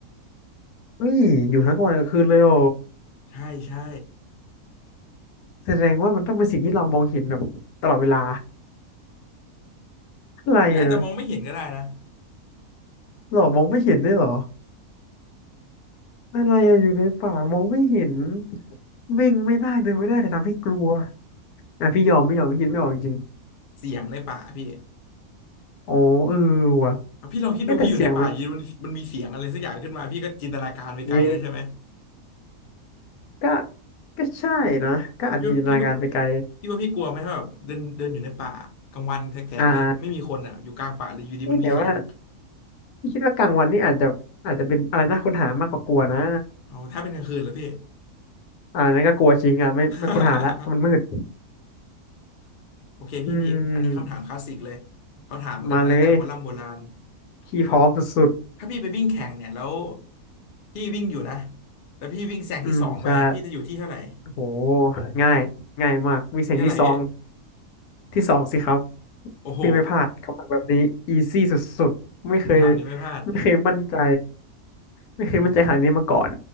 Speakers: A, on the left (about 80°); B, on the left (about 60°).
A: เฮ้ยอยู่ทั้งกลางวันกลางคืนเลยโอ
B: ใช่ใช่
A: แสดงว่ามันต้องเป็นสิ่งที่เรามองเห็นแบบตลอดเวลาอะไรอะ
B: พี่อาจจะมองไม่เห็นก็ได้นะ
A: หรอมองไม่เห็นด้วยเหรออะไรอะอยู่ในป่ามองไม่เห็นวิ่งไม่ได้เดินไม่ได้แต่ทำให้กลัวอ่ะพี่ยอมไม่ยอมพี่คิดไม่ออกจริง
B: เสียงในป่าพี่
A: ๆอ๋อเออว่ะ
B: อ่ะพี่ลองคิดดูพี่อยู่ในป่าอยู่ดีมันมันมีเสียงอะไรสักอย่างขึ้นมาพี่ก็จินตนาการไปไกลแล้วใช่ไหม
A: เอ๊ะแต่เสียงมัน นี่ก็ก็ใช่นะก็อาจจะจินตนาการไปไกล
B: พี่ว่าพี่ว่าพี่ว่าพี่กลัวไหมว่าแบบเดินเดินอยู่ในป่ากลางวันแสกๆเลยไม่มีคนอ่ะอยู่กลางป่าเลยอยู่ดีมันมีเสียง
A: อ่านี่แต่ว่าพี่คิดว่ากลางวันนี่อาจจะอาจจะเป็นอะไรน่าค้นหามากกว่ากลัวนะ
B: เอาถ้าเป็นกลางคืนเหรอพี่
A: อ่านั่นก็กลัวจริงอ่ะไม่ไม่ค้นหาละเพราะมันมืด
B: <laughs> โอเคพี่พี่อันนี้คำถามคลาสสิกเลย
A: อืม
B: เขาถามกันมาตั้งแต่โบราณโบราณ
A: มาเลยพี่พร้อมสุด
B: ถ้าพี่ไปวิ่งแข่งเนี่ยแล้วพี่วิ่งอยู่นะแล้วพี่วิ่งแซงที่สองไปพี่จะอยู่ที่เท่าไหร่
A: ๆอืมใช่โหง่ายง่ายมากวิ่งเสียงที่สอง
B: ที่เท่าไหร่พี่
A: ที่สองสิครับ
B: โอ้โห
A: พี่ไม่พลาดคำถามแบบนี้อีซี่สุดๆไม่เคย
B: คำถามนี้ไม่พลาด
A: ไม่เคยมั่นใจไม่เคยมั่นใจขนาดนี้มาก่อน
B: อืม